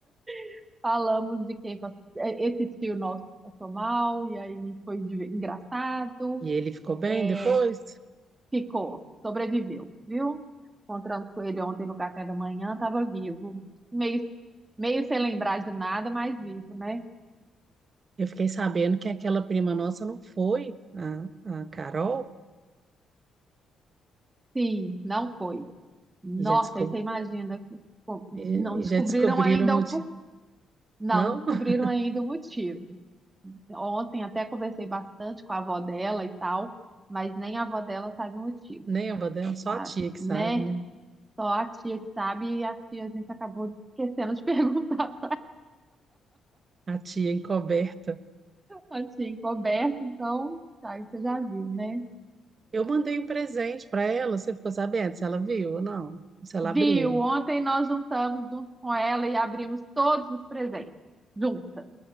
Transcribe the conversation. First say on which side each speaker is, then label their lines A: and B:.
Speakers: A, on the right; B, on the right.
A: <laughs> falamos de quem passou, é, esse tio nosso passou mal, e aí foi de- engraçado.
B: E ele ficou bem
A: é,
B: depois?
A: Ficou, sobreviveu, viu? Encontramos com ele ontem no café da manhã, estava vivo. Meio, meio sem lembrar de nada, mas vivo, né?
B: Eu fiquei sabendo que aquela prima nossa não foi, a, a Carol,
A: Sim, não foi. Nossa,
B: e já, descob...
A: aí você imagina, co-
B: e,
A: não descobriram
B: e já descobriram
A: ainda
B: o motivo.
A: o por... não
B: Não,
A: descobriram
B: <laughs>
A: ainda o motivo. Ontem até conversei bastante com a avó dela e tal, mas nem a avó dela sabe o motivo,
B: nem a avó dela,
A: só
B: só
A: sabe,
B: a tia que
A: né?
B: sabe, né?
A: Só a tia que sabe e a tia a gente acabou esquecendo de <laughs> perguntar.
B: A tia encoberta.
A: Assim, coberto, então, tá, aí você já viu, né?
B: Eu mandei um presente para ela, você ficou sabendo se ela viu ou não? Se ela
A: Viu?
B: abriu,
A: Ontem nós juntamos junto com ela e abrimos todos os presentes, juntas.